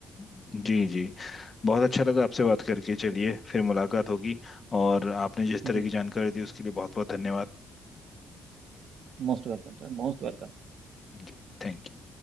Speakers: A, on the left (about 35°); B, on the right (about 65°).
A: जी जी बहुत अच्छा लगा आपसे बात करके चलिए फिर मुलाकात होगी और आपने जिस तरह
B: जी
A: की जानकारी दी उसके लिए बहुत बहुत धन्यवाद
B: Most welcome sir most welcome
A: जी, थैंक यू